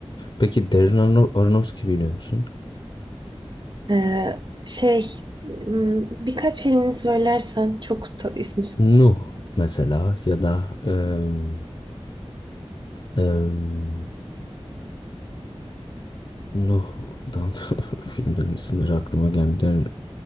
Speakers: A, on the left; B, on the right.
A: Peki Darren Aron- Aronofsky biliyor musun?
B: Ee, şey hmm, birkaç filmini söylersen çok ta- ismi
A: Nuh mesela ya da em, em, Nuh'dan <laughs> filmlerin isimleri aklıma gelmiyor. Der,